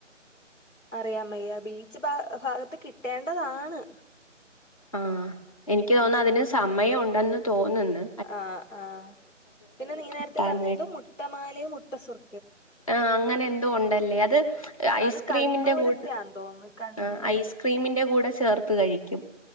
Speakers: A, on the left (about 80°); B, on the left (about 25°).
A: അറിയമ്മയ്യ ബീച്ച് ഭാ ഭാഗത്ത് കിട്ടേണ്ടതാണ്.
B: ആഹ് എനിക്ക് തോന്നു അതിന് സമയം ഉണ്ടെന്ന് തോന്ന്ന്ന്.
A: ആ ആഹ് പിന്നെ നീ
B: കിട്ടാൻ
A: നേരത്തെ പറഞ്ഞ എന്തോ മുട്ടമാലയും മുട്ടസുർ
B: ആ അങ്ങനെ എന്തോ ഒണ്ടല്ലേ അത് ഐസ്ക്രീമിന്റെ
A: അത് കണ്ണൂരത്തെയാന്ന്
B: കൂ
A: തോന്നുന്നു കണ്ണൂര്
B: ആ ഐസ്ക്രീമിന്റെ കൂടെ ചേർത്ത് കഴിക്കും.